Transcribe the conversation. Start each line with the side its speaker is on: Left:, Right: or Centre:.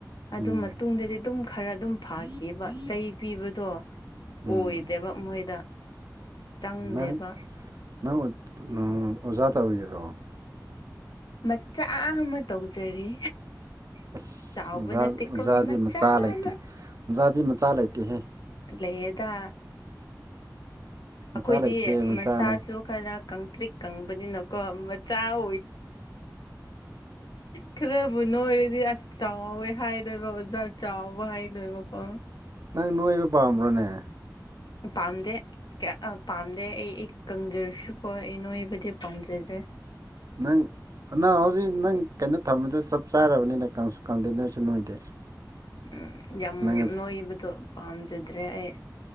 Left: ꯑꯗꯨ
Right: ꯎꯝ
Left: ꯃꯇꯨꯡꯗꯗꯤ ꯑꯗꯨꯝ ꯈꯔ ꯑꯗꯨꯝ ꯐꯥꯈꯤꯕꯈꯤꯕ ꯆꯩ ꯄꯤꯕꯗꯣ
Right: ꯎꯝ
Left: ꯑꯣꯏꯗꯦꯕ ꯃꯣꯏꯗ ꯆꯪꯗꯦꯕ
Right: ꯅꯪ ꯅꯪ ꯑꯣꯖꯥ ꯇꯧꯔꯤꯔꯣ
Left: ꯃꯆꯥ ꯑꯃ ꯇꯧꯖꯔꯤ
Right: ꯑꯁ
Left: ꯆꯥꯎꯕ
Right: ꯑꯣꯖꯥ
Left: ꯅꯠꯇꯦꯀꯣ
Right: ꯑꯣꯖꯥꯗꯤ ꯃꯆꯥ ꯂꯩꯇꯦ
Left: ꯑꯃ
Right: ꯑꯣꯖꯥꯗꯤ ꯃꯆꯥ ꯂꯩꯇꯦꯍꯦ
Left: ꯂꯩꯗꯥ
Right: ꯃꯆꯥ
Left: ꯑꯩꯈꯣꯏꯗꯤ
Right: ꯂꯩꯇꯦ ꯃꯆꯥꯅ
Left: ꯃꯁꯥꯁꯨ ꯈꯔ ꯀꯪꯇ꯭ꯔꯤꯛ ꯀꯪꯕꯅꯤꯅꯀꯣ ꯆꯥꯔ ꯈꯔꯕꯨ ꯅꯣꯏꯔ ꯗꯤ ꯆꯥꯎꯋꯦ ꯍꯥꯏꯗꯣꯏꯕ ꯑꯣꯖꯥ ꯆꯥꯎꯕ ꯍꯥꯏꯗꯣꯏꯕꯀꯣ
Right: ꯅꯪ ꯅꯣꯡꯉꯕ ꯄꯥꯝꯕ꯭ꯔꯣꯅꯦ
Left: ꯄꯥꯝꯗꯦ ꯄꯥꯝꯗꯦ ꯑꯩ ꯑꯩ ꯀꯪꯖꯔꯁꯨꯀꯣ ꯑꯩ ꯅꯣꯏꯕꯨꯗꯤ ꯄꯥꯝꯖꯗ ꯦ <unintelligible>
Right: ꯅꯪ ꯅꯪ ꯍꯧꯖꯤꯛ ꯅꯪ ꯀꯩꯅꯣ ꯊꯝꯕꯗꯨ ꯆꯞ ꯆꯥꯔꯕꯅꯤꯅ ꯀꯪꯁꯨ ꯀꯪꯗꯦ ꯅꯣꯏꯁꯨ ꯅꯣꯏꯗꯦ
Left: ꯎꯝ ꯌꯥꯝ
Right: ꯅꯪ
Left: ꯅꯣꯏꯕꯗꯣ ꯄꯥꯝꯖꯗ꯭ꯔꯦ ꯑꯩ